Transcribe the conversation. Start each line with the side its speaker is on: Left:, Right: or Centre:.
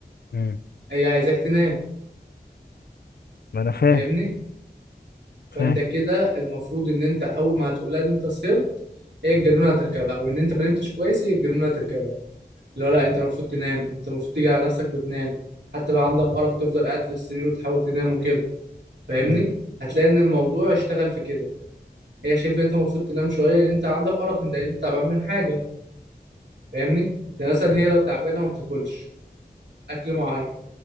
Left: مم.
Right: هي عايزاك تنام
Left: ما انا فاهم
Right: فاهمني فأنت
Left: فاهم
Right: كده المفروض إن أنت أول ما هتقول لها إن أنت سهرت هي الجنونة هتركبها وإن أنت ما نمتش كويس هي الجنونة هتركبها اللي هو لا انت المفروض تنام انت المفروض تيجي على نفسك وتنام حتى لو عندك ارق تفضل قاعد في السرير وتحاول تنام وكده فاهمني
Left: مم.
Right: هتلاقي ان الموضوع اشتغل في كده هي شايفه انت المفروض تنام شويه لان انت عندك ارق انت انت تعبان من حاجه فاهمني ده مثلا هي لو تعبانه ما بتاكلش اكل معين